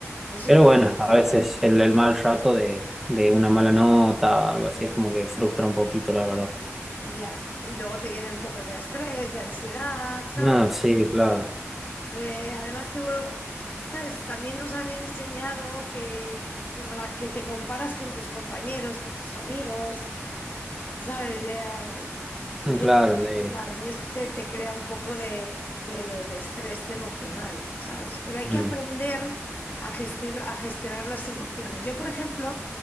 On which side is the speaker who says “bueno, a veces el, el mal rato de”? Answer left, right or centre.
Centre